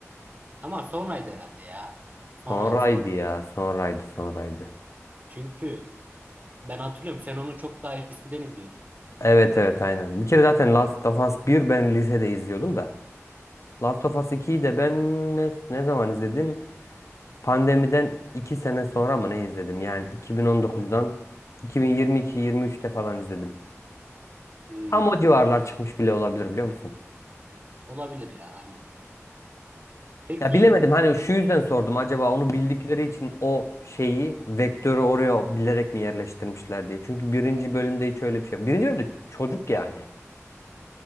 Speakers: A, on the right (about 30°); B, on the left (about 65°).
A: Ama sonraydı herhalde ya. Sonraydı
B: Sonraydı
A: son.
B: ya. Sonraydı, sonraydı.
A: Çünkü ben hatırlıyorum sen onu çok daha eskiden izliyordun.
B: Evet evet aynen. Bir kere zaten Last of Us 1 ben lisede izliyordum da. Last of Us 2'yi de ben ne, ne zaman izledim? Pandemiden 2 sene sonra mı ne izledim? Yani 2019'dan 2022-23'te falan izledim.
A: Hmm,
B: Tam o civarlar çıkmış bile olabilir biliyor musun?
A: olabilir ya aynen. Peki
B: Ya bilemedim hani şu yüzden sordum acaba onu bildikleri için o şeyi vektörü oraya bilerek mi yerleştirmişler diye. Çünkü birinci bölümde hiç öyle bir şey yok. Birinci bölümde çocuk yani.